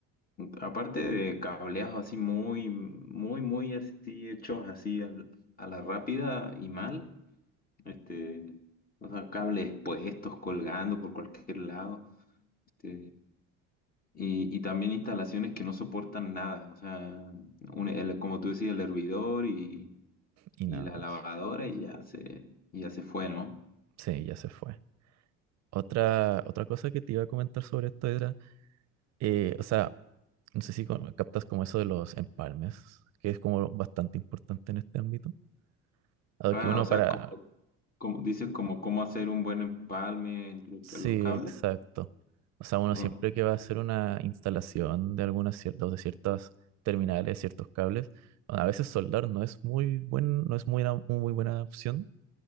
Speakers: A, on the left (about 30°); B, on the right (about 55°).
A: Aparte de cableados así muy, muy, muy así hechos así al- a la rápida y mal, este, o sea, cables puestos, colgando por cualquier lado, este, y, y también instalaciones que no soportan nada, o sea, un- el- como tú decías, el hervidor y,
B: Y
A: y
B: nada
A: la
B: más.
A: lavadora y ya se, y ya se fue, ¿no?
B: Sí, ya se fue. Otra, otra cosa que te iba a comentar sobre esto era, eh, o sea, No sé si con- captas como eso de los empalmes, que es como bastante importante en este ámbito. Dado
A: Ah,
B: que uno
A: o sea,
B: para...
A: como, como dices, como cómo hacer un buen empalme entre
B: Sí,
A: los cables.
B: exacto. O sea, uno
A: ¿no?
B: siempre que va a hacer una instalación de algunas ciertas, de ciertas terminales, ciertos cables, a veces soldar no es muy buen, no es muy una muy buena opción.